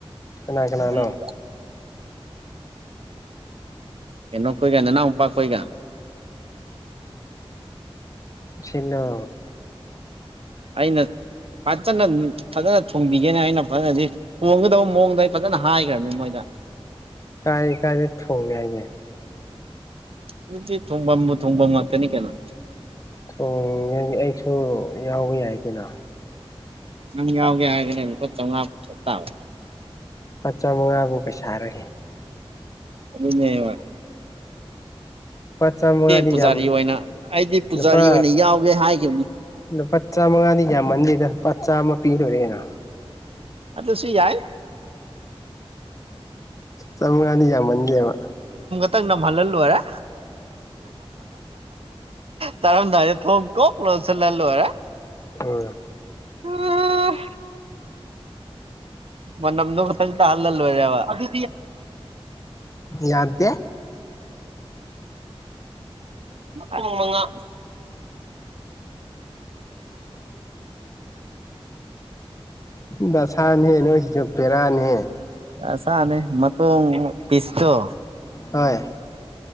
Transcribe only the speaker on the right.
ꯀꯩꯅꯣ ꯑꯦꯩꯅꯣ ꯀꯣꯏꯒꯅꯤꯅꯥ ꯑꯣꯄꯥꯛꯈꯣꯏꯒ
ꯑꯩꯅ ꯄꯆꯟꯅ ꯐꯖꯅ ꯊꯣꯡꯕꯤꯒꯦꯅꯦ ꯑꯩꯅ ꯐꯖꯅꯗꯤ ꯊꯣꯡꯒꯗꯕ ꯃꯑꯣꯡꯗ ꯑꯩ ꯐꯖꯅ ꯍꯥꯏꯈ꯭ꯔꯕꯅꯤ ꯃꯣꯏꯗ
ꯑꯗꯨꯗꯤ ꯊꯣꯡꯐꯝꯕꯨ ꯊꯣꯡꯐꯝ ꯉꯥꯛꯇꯅꯤ ꯀꯩꯅꯣ
ꯅꯪ ꯌꯥꯎꯒꯦ ꯍꯥꯏꯒꯅꯦ ꯂꯨꯄꯥ ꯆꯥꯃꯉꯥ ꯇꯥꯕ
ꯑꯗꯨꯕ
ꯄꯨꯖꯥꯔꯤ
ꯑꯣꯏꯅ ꯑꯩꯗꯤ ꯄꯨꯖꯥꯔꯤ
ꯑꯣꯏꯅ ꯌꯥꯎꯒꯦ ꯍꯥꯏꯈꯤꯕꯅꯤ
ꯑꯠꯇ ꯁꯤꯨ ꯌꯥꯏ
ꯈꯤꯇꯪ ꯅꯝꯍꯜꯍꯜꯂꯣꯏꯔꯦ ꯆꯥꯔꯝꯗꯥꯏꯗ ꯊꯣꯡ ꯀꯣ ꯄꯂꯜꯁꯜ ꯂꯜ ꯂꯣ ꯍꯔꯥ
ꯑꯝ ꯃ ꯅꯝꯗꯣ ꯆꯪ ꯇ ꯍꯜꯂꯜ ꯂꯣꯔꯦ ꯑꯗꯨ
ꯑꯃꯉ
ꯑꯁꯥꯅꯦ ꯃ ꯇꯣ ꯄꯤꯁꯇꯣ